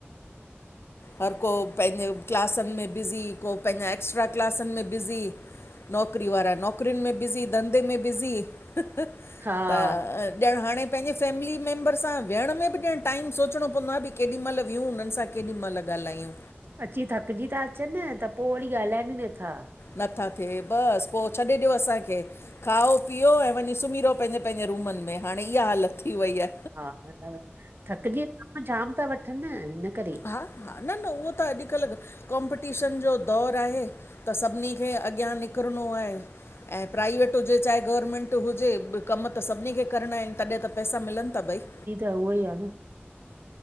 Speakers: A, on the left; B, on the right.
A: हर को पंहिंजे क्लासनि में बिज़ी, को पंहिंजा एक्स्ट्रा क्लासनि में बिज़ी नौकिरी वारा नौकरियुनि में बिज़ी, धंधे में बिज़ी हह
B: हा
A: त ॼण हाणे पंहिंजे फैमिली मेंबर सां वियंण में बि जंञणु टाइम सोचणो पवंदो आहे, बि केॾी मइल वियहूं हुननि सां केॾी मइल ॻाल्हायूं।
B: अची थकिजी था अचन, त पो वरी ॻाल्हाइनि ई नथा।
A: नथा थिए, बस पो छॾे ॾियो असांखे‌। खाओ पीओ, ऐं वंञी सुम्ही रहो पंहिंजे- पंहिंजे रूमन में, हाणे इहा हालत थी वई आ।
B: हा अथव, थकिजी दाम जाम था वठन न, हिन करे!
A: हा -हा, न -न उहो त अॼुकल्ह कॉम्पिटीशन जो दौर आहे त सभिनी खे अॻियां निकिरणो आहे। ऐं प्राइवेट हुजे, चाहे गवरमेंट हुजे कमु त सभिनी खे करणा आहिन, तॾिं त पैसा मिलन था भई।
B: इ त उहो ही आ न।